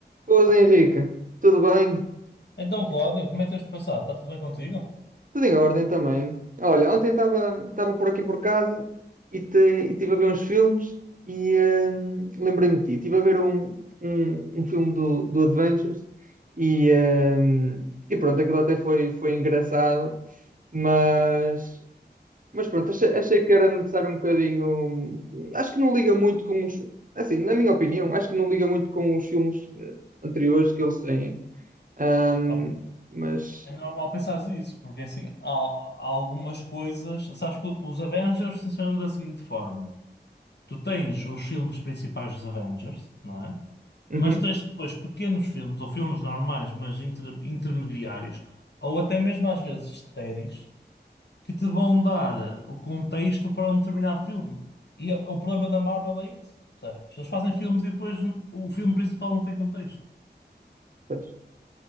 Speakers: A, on the right; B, on the left.
A: Boas, Henrique. Tudo bem?
B: Então, Cláudio, como é que tens passado? Está tudo bem contigo?
A: Tudo em ordem também. Olha, ontem estava estava por aqui por casa e te, e estive a ver uns filmes e hum, lembrei-me de ti. Estive a ver um, um, um filme do, do Adventures e, hum, e pronto, aquilo até foi, foi engraçado, mas, mas pronto, achei, achei que era necessário um bocadinho. Acho que não liga muito com os. Assim, na minha opinião, acho que não liga muito com os filmes eh, anteriores que eles têm. Hum,
B: Ah, pá,
A: mas
B: É normal pensares isso, porque assim, há, há algumas coisas. Sabes que os Avengers funcionam da seguinte forma: tu tens os filmes principais dos Avengers, não é?
A: Uhum,
B: Mas tens depois pequenos filmes, ou filmes normais, mas inter- intermediários, ou até mesmo às vezes séries, que te vão dar eh, o contexto para um determinado filme. E eh, o problema da Marvel é esse, percebes? Eles fazem filmes e depois o filme principal não tem contexto.
A: pois.